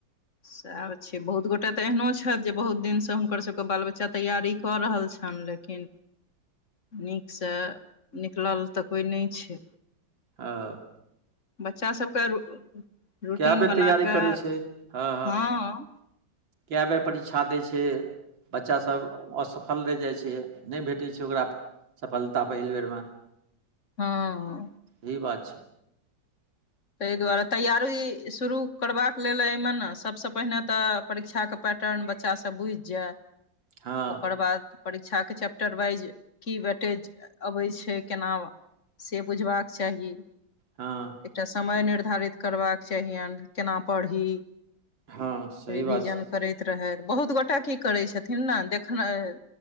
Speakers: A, on the left (about 45°); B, on the right (about 85°).
A: सएह छै बहुत गोटे तऽ एहनो छथि, जे बहुत दिनसँ हुनकरसबके बाल बच्चा तैयारी कऽ रहल छनि ले किन नीकसँ निकलल तऽ कोइ नहि छै।
B: अँ
A: बच्चा सब कऽ रु रूटीन
B: कए बेर
A: बना
B: तैयारी
A: कऽ
B: करै छै हँ
A: हँ
B: कए बेर परीक्षा दै छै? बच्चासब असफल रहि जाइ छै, नहि भेटै छै ओकरा सफलता पहिल बेर म
A: हँ
B: ही बात छै।
A: ताहि दुआरे तैयारी शुरू करबाक लेल एहिमे न सबसँ पहिने तऽ परीक्षा क पैटर्न बच्चासब बुझि जाए
B: हँ
A: ओकर बाद परीक्षाके चैप्टर वाइज की भेटैछ अबै छै केना से बुझबाक चाही।
B: हँ
A: एकटा समय निर्धारित करबाक चाहियनि केना पढ़ी।
B: हँ सही
A: रिविजन
B: बात छै
A: करैत रहथि, बहुत गोटा की करै छथिन न देखनय